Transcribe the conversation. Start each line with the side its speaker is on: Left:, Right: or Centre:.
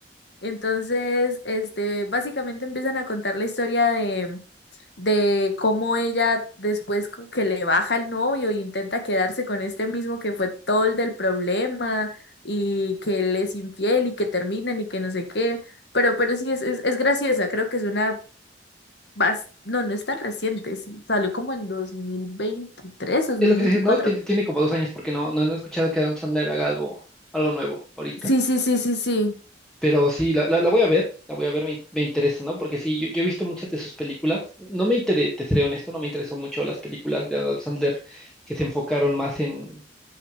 Left: Entonces, este, básicamente empiezan a contar la historia de, de cómo ella después como que le baja el novio y intenta quedarse con este mismo que fue todo el del problema y que él es infiel y que terminan y que no sé qué. Pero, pero sí, es, es, es graciosa, creo que es una... bas- No, no es tan reciente, sí, salió como en dos dos mil veintitrés dos
Centre: Es
Left: mil
Centre: lo que
Left: veinticuatro
Centre: te decía, ¿no? Tiene, tiene como dos años porque no, no, no he escuchado que Adam Sandler haga algo, algo nuevo ahorita.
Left: Sí, sí, sí, sí, sí.
Centre: Pero sí, la, la, la voy a ver, la voy a ver, me, me interesa, ¿no? Porque sí, yo, yo he visto muchas de sus películas. No me interesa, te seré honesto, no me interesó mucho las películas de Adam Sandler que se enfocaron más en,